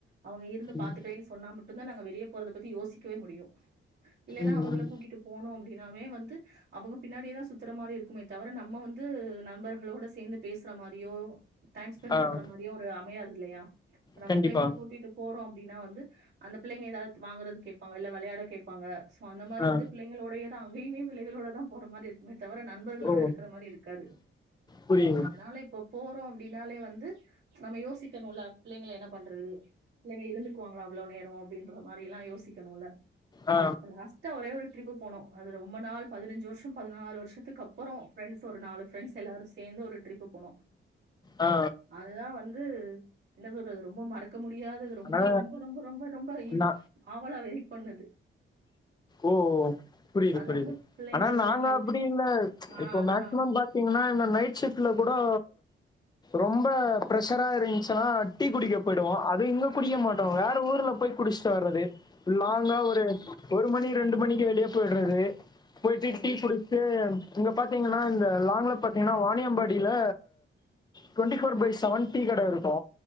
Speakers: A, on the right; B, on the left.
A: அவுங்க இருந்து பாத்துக்கிறேன்
B: ம்.
A: சொன்னா மட்டுந்தா நாங்க வெளிய போறத பத்தி யோசிக்கவே முடியு இல்லனா
B: ம்.
A: அவங்கள கூட்டிட்டு போனோ அப்டின்னாவே வந்து அவுங்க பின்னாடியேதா சுத்துற மாரி இருக்குமே தவர நம்ம வந்து நண்பர்களோட சேந்து பேசுற மாரியோ டைம் ஸ்பெண்ட்
B: ஆ.
A: பண்ற மாரியோ ஒரு அமையாது இல்லையா இப்ப நம்ம
B: கண்டிப்பா
A: பிள்ளைங்கள கூட்டிட்டு போறோ அப்டின்னா வந்து அந்த பிள்ளைங்க ஏதாவது வாங்குறது கேப்பாங்க இல்ல வளையாட கேப்பாங்க சோ அந்த மாரி
B: ஆ
A: வந்து பிள்ளைகளோடய த அங்கையுமே பிள்ளைகளோட தா போற மாரி இருக்குமே தவர நண்பர்களோட
B: ஓ
A: இருக்கற மாரி இருக்காது
B: புரியுது
A: அதனால இப்போ போறோ அப்டினாலே வந்து நம்ம யோசிக்கணுல்ல பிள்ளைங்கல என்ன பண்றது பிள்ளைங்க இருந்துக்குவாங்களா அவ்ளோ நேரோ அப்டின்ற மாரில்லா யோசிக்கணுல
B: ஆ
A: ப்ளஸ் ட்டா ஒரே ஒரு டிரிப்பு போனோ அது ரொம்ப நாள் பதினஞ்சு வருஷ பதினாறு வருஷத்துக்கு அப்பறோ ஃபிரெண்ட்ஸ் ஒரு நாலு ஃபிரெண்ட்ஸ் எல்லாரு சேர்ந்து ஒரு ட்ரிப்பு போனோ
B: ஆ
A: அதுதா வந்து என்ன சொல்றது ரொம்ப மறக்க முடியாதது ரொம்ப
B: ஆனா
A: ரொம்ப ரொம்ப ரொம்ப ரொம்ப இ
B: நா
A: அவளா வெயிட் பண்ணது
B: ஓ புரியுது
A: அது
B: புரியுது
A: வந்து பிள்ளைங்கள
B: ஆனா
A: பிள்ளைங்கள
B: நாங்க
A: விட்டுட்டு
B: அப்படி இல்ல
A: ஆ
B: இப்போ
A: அதுதான்.
B: மேக்சிமம் பாத் திங்கன்னா இந்த நைட் ஷிஃப்ட்ல கூடோ ரொம்ப ப்ரெஷ்ஷரா இருந்துச்சுன்னா டீ குடிக்க போயிடுவோ அது இங்க குடிக்க
A: கண்டிப்
B: மாட்டோ வேற ஊர்ல போய் குடிச்சுட்டு வர்றது லாங்கா
A: கண்டிப்பா,
B: ஒரு
A: கண்டிப்
B: ஒரு மணி ரெண்டு மணிக்கு வெளியே போயிடுறது போயிட்டு
A: கண்டிப்பா.
B: டீ குடிச்சுட்டு
A: ம்.
B: இங்க பாத்தீங்கன்னா இந்த லாங்ல பாத்தீங்கன்னா வாணியம்பாடில twenty four by seven tea கட இருக்கு